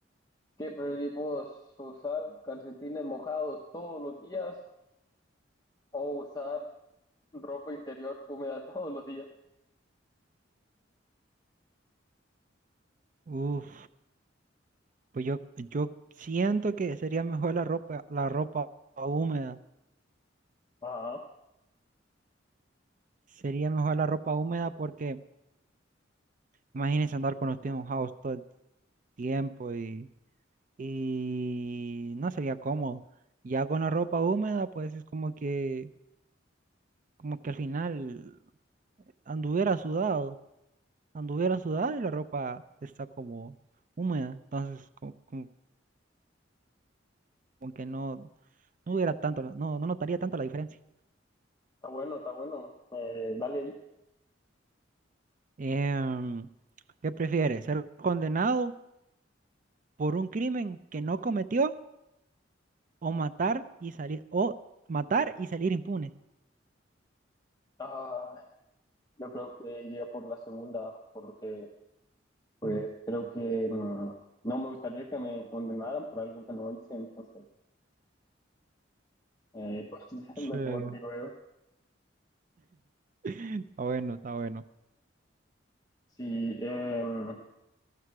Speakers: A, on the left (about 20°); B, on the right (about 45°).
A: ¿Qué preferís vos? ¿Usar calcetines mojados todos los días o usar ropa interior húmeda <laughs> todos los días.
B: Uf, pues yo, yo siento que sería mejor la ropa, la ropa húmeda.
A: Ajá,
B: Sería mejor la ropa húmeda porque imagínense andar con los pies mojados todo el tiempo y, y no sería cómodo. Ya con la ropa húmeda, pues es como que, como que al final anduviera sudado, anduviera sudado y la ropa está como húmeda. Entonces, como, como que no, no hubiera tanto, no, no notaría tanto la diferencia.
A: está bueno, está bueno. Eh, dale ahí.
B: Em, ¿qué prefieres? ¿Ser condenado por un crimen que no cometió o matar y salir o matar y salir impune?
A: Ah, yo creo que iría por la segunda, porque pues
B: Mm,
A: creo que mm, no me gustaría que me condenaran por algo que no hice, entonces eh, <laughs> pues es
B: Sí,
A: mejor,
B: <laughs>
A: digo yo.
B: está bueno, está bueno.
A: Sí, em,